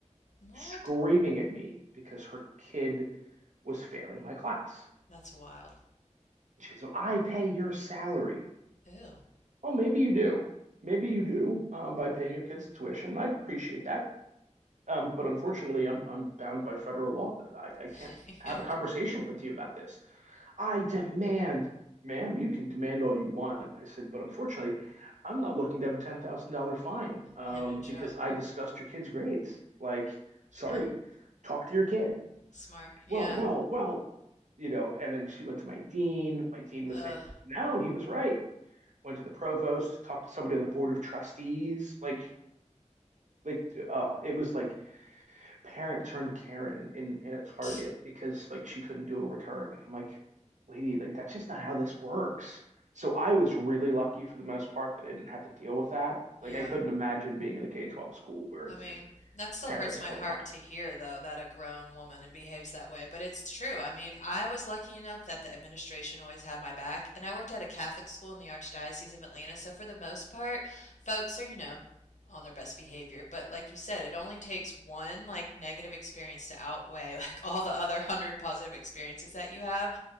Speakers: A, on the left; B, on the right.
A: What?
B: screaming at me because her kid was failing my class.
A: That's wild.
B: she goes, "Well, I pay your salary.
A: Ew.
B: Oh, maybe you do. Maybe you do um, by paying your kids tuition. And I appreciate that. Um, but unfortunately, I'm I'm bound by federal law that I, I
A: <laughs>
B: can't have
A: Yeah.
B: a conversation with you about this. I demand, ma'am, you can demand all you want. I said, but unfortunately, I'm not looking to have a $10,000 fine um,
A: Yeah, no joke.
B: because I discussed your kid's grades. Like, sorry,
A: Yeah.
B: talk to your kid.
A: Smart. Yeah.
B: Well, well, well, you know, and then she went to my dean. My dean was
A: Ugh.
B: like, no, he was right. Went to the provost, talked to somebody on the board of trustees. Like, like, oh, it was like parent turned Karen in in a Target
A: <sniffs> Tch.
B: because like she couldn't do a return. And I'm like, lady, like that's just not how this works. So I was really lucky for the most part that I didn't have to deal with that.
A: Yeah.
B: Like I couldn't imagine being in a K twelve school where
A: I
B: it's
A: mean,
B: just
A: that still
B: parents
A: hurts my
B: all
A: heart
B: the time.
A: to hear, though, that a grown woman and behaves that way. But it's true. I mean, I was lucky enough that the administration always had my back, and I worked at a Catholic school in the Archdiocese of Atlanta. So for the most part, folks are, you know, on their best behavior. But like you said, it only takes one like negative experience to outweigh <laughs> like all the other hundred positive experiences that you have.